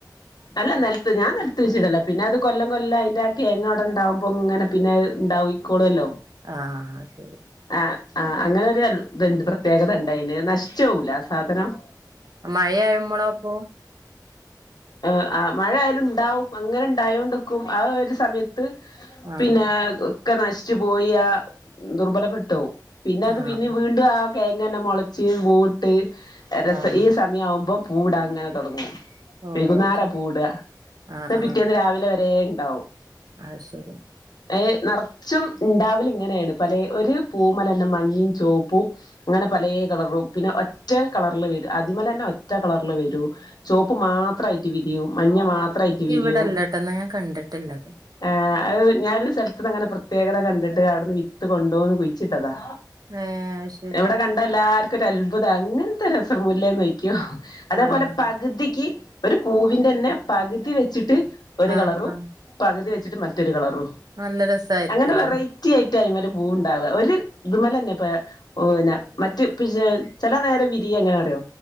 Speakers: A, on the left (about 65°); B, on the right (about 60°).
A: അല്ല നിലത്ത് ഞാൻ നിലുത്ത് വച്ചിട്ടല്ലേ പിന്നെ അത് കൊല്ലം കൊല്ലം അതിന്റെ കേങ് അവിട ഉണ്ടാവകുമ്പൊ ഇങ്ങനെ പിന്നെ ഉണ്ടാവയി -കോളേല്ലോ
B: ആഹ് ആത് ശരി
A: ആ ആ അങ്ങന ഒരു അൽ ഇത്ണ്ട് പ്രത്യേകത ഉണ്ട് അയിന് നശിച്ചുപൂവൂല ആ സാധനം
B: മഴയാവുമ്പോളപ്പോ
A: ഏഹ് ആഹ് മഴയായാലും ഉണ്ടാവും അങ്ങനെ ഉണ്ടായോണ്ടിക്കും ആ ഒരു സമയ -ത്ത്
B: ആഹ്
A: പിന്നെ ഒക്കെ നശിച്ചു പോയി ആഹ് ദുർബലപ്പെട്ടോവും പിന്നെ അത്
B: ആഹ്
A: പിന്നെ
B: ആഹ്
A: വീണ്ടും ആ കിഴങ്ങന്ന മുളച്ച് പൂവിട്ട് രസ
B: ആഹ്
A: ഈ സമയം ആവുമ്പം പൂവിടാൻ അങ്ങനെ തുടങ്ങും
B: ഓഹ്
A: വൈകുന്നരാ
B: ശരി
A: പൂടുക
B: ആഹ്
A: എന്നാ
B: ആഹ്
A: പിറ്റേന്ന് രാവിലെ വരെ ഉണ്ടാവും
B: അത് ശരി
A: ഏ നിറച്ചും ഉണ്ടാവല ഇങ്ങനെയാണ് പലെ ഒരു പൂമേൽ തന്നെ മഞ്ഞയും ചുവപ്പും അങ്ങനെ പലേ കളറും പിന്നെ ഒറ്റ കളറിൽ വരും അതിമലതന്നെ ഒറ്റ കളറില് വരൂ ചുവപ്പ് മാത്രായിട്ട് വിരിയൂ മഞ്ഞ മാത്രയായിട്ട് വിരിയൂ
B: ഇവിടെല്ലട്ടോന്നാ ഞാൻ കണ്ടിട്ടില്ലത്
A: ആ ഏഹ് ഞാനൊരു സ്ഥലത്തത് അങ്ങനെ പ്രത്യേകത കണ്ടിട്ട് അവിടുന്ന് വിത്ത് കൊണ്ടുവന്ന് കുഴിച്ചിട്ടതാ
B: ഏഹ് അത് ശരി
A: ഇവിടെ കണ്ട എല്ലാർക്കും ഒരു അത്ഭുതാ ഇങ്ങനത്തെ ഒരു രസമൂല്ലേന്ന് ചോദിക്കും അതേപോലെ
B: ആഹ്
A: പകുതിക്ക് ഒരു പൂവിന്റെ തന്നെ പകുതി വെച്ചിട്ട് ഒരു
B: ആഹ്
A: കളറും
B: ആഹ്
A: പകുതി വെച്ചിട്ട് മറ്റൊരു കളറും
B: നല്ല രസായിരിക്കൂലേ
A: അങ്ങനെ വെറൈറ്റി ആയിട്ട് ആയി്മേല പൂവ് ഉണ്ടാവുക ഒരു ഇത്മല തന്നെ ഇപ്പ ഓ പിന്നെ മറ്റ് പിശ ചില നേരം വിരിയ എങ്ങനെ അറിയോ